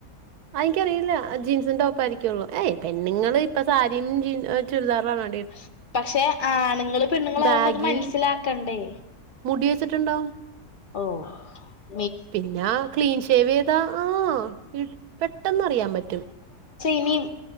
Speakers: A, on the right (about 75°); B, on the left (about 40°).
A: ആയ്നിക്കറിയില്ല ജീൻസും ടോപ്പാരിക്കുള്ളൂ ഏയ് പെണ്ണുങ്ങള് ഇപ്പൊ സാരിയും ജീൻ ചുരിദാറും ആണ
B: ശ് പക്ഷെ ആണുങ്ങൾ പെണ്ണുങ്ങളാവുമ്പോ
A: ബാഗിയും
B: അത് മനസ്സിലാക്കണ്ടേ
A: മുടി വെച്ചിട്ട്ണ്ടാവും.
B: ഓഹ്
A: പിന്ന ക്ലീൻ ഷേവ് ചെയ്താ ആഹ് പെട്ടെന്ന് അറിയാൻ പറ്റും
B: ഇനിം